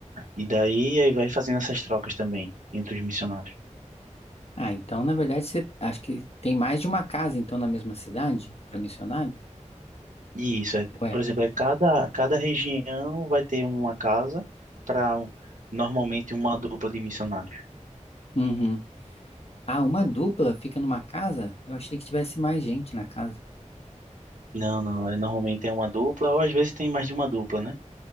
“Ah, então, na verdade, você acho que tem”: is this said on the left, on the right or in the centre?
Left